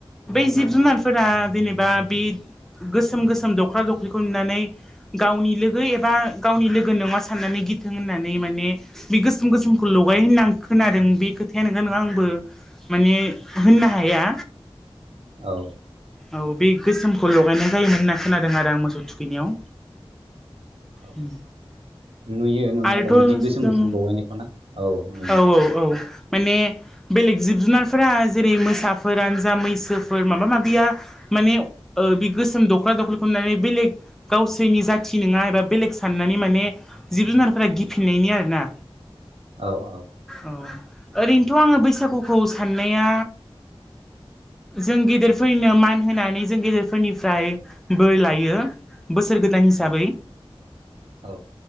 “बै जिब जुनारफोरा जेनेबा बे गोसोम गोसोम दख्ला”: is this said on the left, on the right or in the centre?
Centre